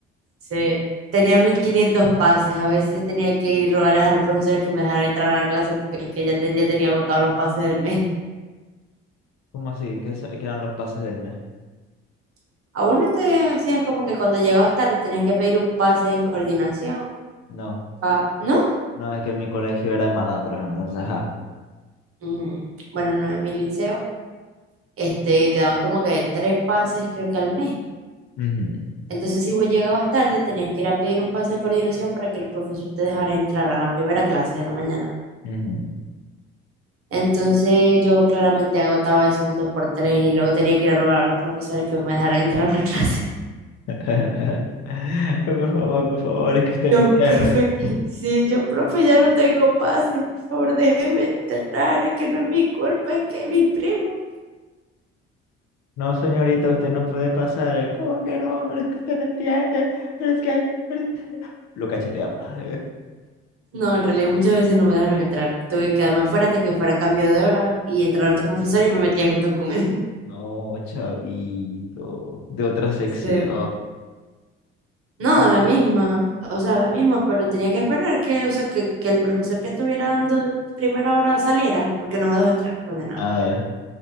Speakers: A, on the right; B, on the left.
A: Se, tenía 1500 pases, a veces tenía que ir y rogarles a los profesores que me dejaran entrar a la clase porque es que ya, ten- ya tenía agotados los pases del mes.
B: ¿Cómo así? ¿Qué, se- qué eran los pases del mes?
A: <laughs> ¿A vos no te hacían como que cuando llegabas tarde tenías que pedir un pase en coordinación?
B: No,
A: Ah, ¿no?
B: no, es que mi colegio era de malandros, entonces, ajá.
A: Mm, bueno, no, en mi liceo, este, te daban como que tres pases, creo que al mes.
B: Ujú,
A: Entonces, si vos llegabas tarde, tenías que ir a pedir un pase de coordinación para que el profesor te dejara entrar a la primera clase de la mañana.
B: ujú.
A: Entonces, yo claramente agotaba eso un dos por tres y luego tenía que ir a rogar a los profesores que me dejaran entrar a la clase. <laughs>
B: <laughs> Por favor, por favor, es que usted
A: Yo,
B: no entiende.
A: profe, sí, yo, profe, ya no tengo pase, por favor, déjeme entrar, es que no es mi culpa, es que es mi primo.
B: No, señorita, usted no puede pasar. ¿Cómo que no? Pero es que usted no entiende. Pero es que... pero es- Lo cachetea. <laughs> pa.
A: No, en realidad muchas veces no me dejaron entrar. Tuve que quedarme afuera hasta que fuera cambio de hora y entrar otro profesor y me metía junto con él. <laughs>
B: No, chavito, de otra sección.
A: Sí. No,
B: Ya.
A: la misma, o sea, la misma, pero tenía que esperar que, o sea, que, que el profesor que estuviera dando primera hora saliera, porque no me dejó entrar, condenado.
B: Ah, ya.